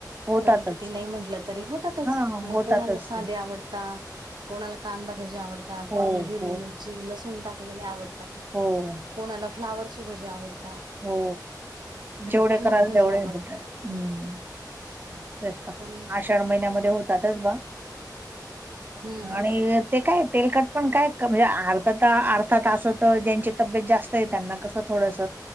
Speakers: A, on the right; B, on the right.
A: होतातच.
B: कोणी किती नाही म्हटलं तरी होतातच
A: हा
B: मग
A: होतातच
B: कोणाला साधे
A: ते
B: आवडता, - कोणाला कांदा भजी आवडतात,
A: हो
B: कोणाला हिरवी
A: हो
B: मिरची लसूण टाकलेले आवडता.
A: हो.
B: कोणाला फ्लावरचे भजे आवडत.
A: हो, जेवढे
B: पालक
A: कराल
B: भजे
A: तेवढे
B: आवडता
A: बटा, हम्म.
B: हा.
A: तेच तर.
B: पण
A: आषाढ महिन्यामध्ये होतातच बा
B: हम्म
A: आणि ते काय तेलकट पण काय म्हणजे अर्थ-अर्थात असं तर ज्यांची तब्येत जास्त आहे त्यांना कसं थोडस